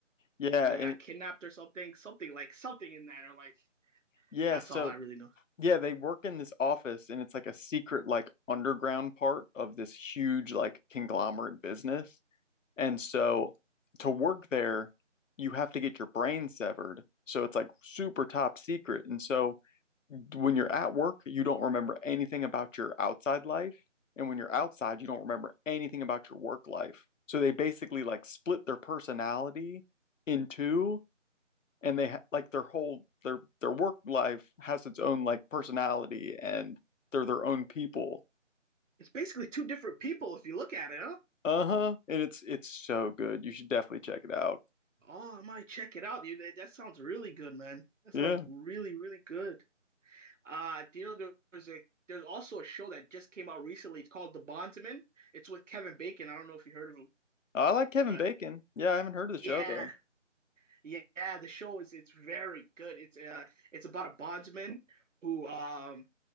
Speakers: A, on the left; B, on the right.
A: Yeah,
B: and they
A: it,
B: got kidnapped or something. Something like something in that or like
A: yeah,
B: that's
A: so
B: all I really know.
A: yeah, they work in this office and it's like a secret like underground part of this huge like conglomerate business. And so
B: Wow.
A: to work there, you have to get your brain severed. So it's like super top secret. And so when you're at work, you don't remember anything about your outside life. And when you're outside, you don't remember anything about your work life. So they basically like split their personality in two and they ha- like their whole their their work life has its own like personality and they're their own people.
B: It's basically two different people if you look at it, huh?
A: Uh-huh. And it's it's so good. You should definitely check it out.
B: Oh, I might check it out, dude. That, that sounds really good, man. That
A: Yeah.
B: sounds really, really good. Uh, do you know there's a there's also a show that just came out recently. It's called The Bondsman. It's with Kevin Bacon. I don't know if you heard of him,
A: I like Kevin
B: but
A: Bacon. Yeah, I haven't heard of the
B: yeah,
A: show though.
B: yeah, yeah, the show is it's very good. It's uh it's about a bondsman who um